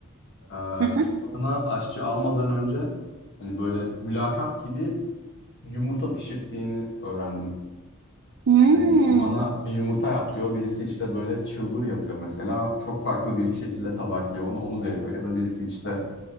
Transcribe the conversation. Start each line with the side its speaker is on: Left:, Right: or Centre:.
Left: e,
Right: Hı
Left: mutfağına
Right: hı.
Left: aşçı almadan önce hani böyle mülakat gibi yumurta pişirttiğini öğrendim.
Right: Hmm.
Left: Hani işte bana bir yumurta yap diyor. Birisi işte böyle çılbır yapıyor mesela. Çok farklı bir şekilde tabaklıyor onu, onu veriyor. Ya da birisi işte